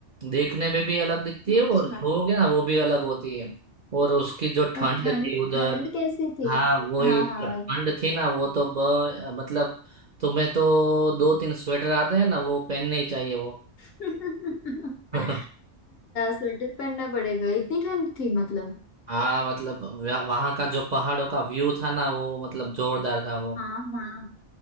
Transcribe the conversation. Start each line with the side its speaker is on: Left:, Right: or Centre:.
Right: देखने में भी अलग दिखती है
Left: अच्छा
Right: और छूओगे ना वो भी अलग होती है और उसकी जो ठंड
Left: और ठंड
Right: थी उधर
Left: ठंड कैसी थी
Right: हाँ वही
Left: हाँ हाँ
Right: ठंड
Left: भाई
Right: थी ना वो तो ब, मतलब तुम्हें तो दो तीन स्वेटर आते हैं ना वो पहनने ही चाहिए वो
Left: <laughs> अच्छा
Right: <laughs>
Left: स्वेटर पहनना पड़ेगा इतनी ठंड थी मतलब
Right: हाँ मतलब वहाँ का जो पहाड़ों का व्यू था ना वो मतलब जोरदार था वो
Left: हाँ हाँ